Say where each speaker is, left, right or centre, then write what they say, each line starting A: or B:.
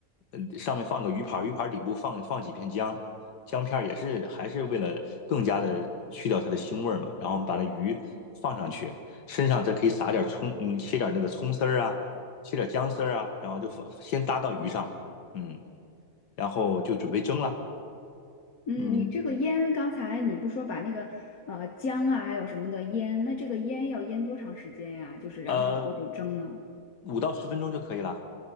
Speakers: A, on the left; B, on the left.
A: 呃上面放个鱼盘儿，鱼盘儿底部放放几片姜，姜片儿也是还是为了更加的去掉它的腥味儿嘛。然后我们把那鱼放上去，身上再可以撒点葱，嗯，切点那个葱丝儿啊，切点姜丝儿啊，然后就放先搭到鱼上，嗯，然后就准备蒸了，
B: 嗯，
A: 嗯，
B: 你这个腌，刚才你不是说把那个呃姜啊还有什么的腌，那这个腌要腌多长时间呀？就是然后你就蒸呢？
A: 呃，五到十分钟就可以了。